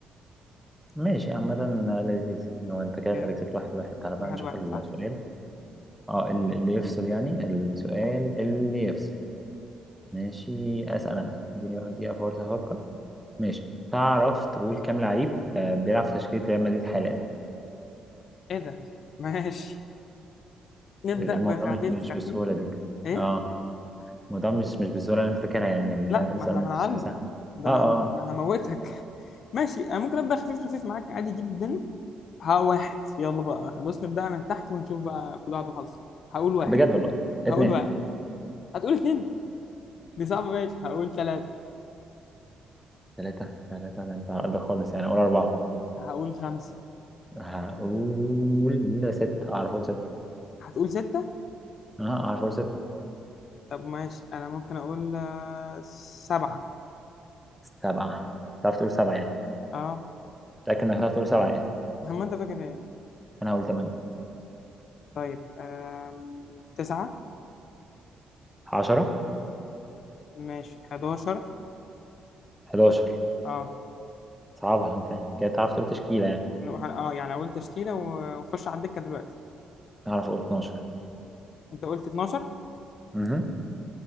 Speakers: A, in the centre; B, on the left.
A: ماشي عامة لذيذ يعني هو انت كده
B: جامد
A: انت كسبت واحد واحد تعالى بقى
B: واحد
A: نشوف
B: واحد
A: السؤال
B: صح
A: اه ال- اللي يفصل يعني السؤال اللي يفصل ماشي اسأل انا اديني بقى دقيقة فرصة افكر ماشي تعرف تقول كام لعيب آه، بيلعب في تشكيلة ريال مدريد حاليا
B: ايه ده <laughs> ماشي نبدا
A: ال- الموضوع
B: بخفيف
A: مش مش بالسهولة
B: خفيف
A: دي
B: ايه
A: اه الموضوع مش مش بالسهولة اللي انت فاكرها يعني اللي
B: لا
A: فاهم السؤال
B: ما احنا هنعلي
A: مش سهل
B: ده
A: اه اه
B: انا هم... ده انا هموتك <laughs> ماشي انا ممكن ابدا خفيف خفيف معاك عادي جدا ها واحد يلا بقى بص نبدأ من تحت ونشوف بقى كل واحد وحظه هقول واحد
A: بجد والله
B: هقول
A: اتنين
B: واحد هتقول اتنين دي صعبة ماشي هقول تلاتة
A: ثلاثة ثلاثة ده انت ده خالص يعني اقول أربعة
B: هقول خمسة
A: هقول ستة أعرف أقول ستة
B: هتقول ستة
A: أه أعرف أقول ستة
B: طب ماشي أنا ممكن أقول آه، سبعة
A: سبعة تعرف تقول سبعة يعني
B: أه
A: متأكد إنك تعرف تقول سبعة يعني
B: هم أنت فاكر إيه
A: أنا هقول تمانية
B: طيب آم، تسعة
A: عشرة
B: ماشي حداشر
A: حداشر
B: أه
A: صعبها أنت يعني كده تعرف تقول تشكيلة يعني
B: نروح- أه يعني أقول تشكيلة و- وخش على الدكة دلوقتي
A: أعرف أقول اتناشر
B: أنت قلت اتناشر
A: أمم